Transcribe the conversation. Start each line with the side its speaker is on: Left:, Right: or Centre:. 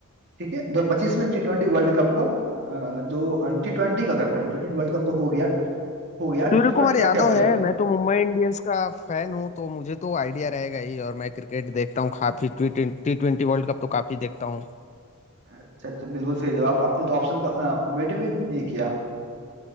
Right: ठीक है 2025 में टी ट्वेंटी वर्ल्ड कप का अ, जो टी ट्वेंटी का captain T twenty world cup तो हो गया हो गया
Left: सूर्य
Right: टी ट्वेंटी
Left: कुमार
Right: का
Left: यादव
Right: कैप्टन
Left: है मैं तो मुंबई इंडियंस का फैन हूँ तो मुझे तो आइडिया रहेगा ही और मैं क्रिकेट देखता हूँ काफी T T twenty world cup तो काफी देखता हूँ
Right: अच्छा अच्छा बिल्कुल सही जवाब आपने तो ऑप्शन का वेट भी नहीं किया